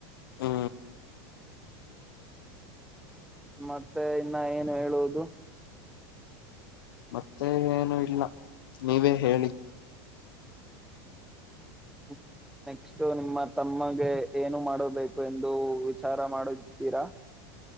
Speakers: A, on the left (about 75°); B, in the centre.
A: ಹ್ಮ
B: ಮತ್ ಮತ್ತೆ ಇನ್ನ ಏನು ಹೇಳುವುದು
A: ಮತ್ತೆ ಏನು ಇಲ್ಲ ನೀವೇ ಹೇಳಿ
B: ಹ್ಮ ನೆಕ್ಸ್ಟ್ ನಿಮ್ಮ ತಮ್ಮಗೆ ಏನು ಮಾಡೋಬೇಕು ಎಂದು ವಿಚಾರ ಮಾಡಿತಿದ್ದೀರಾ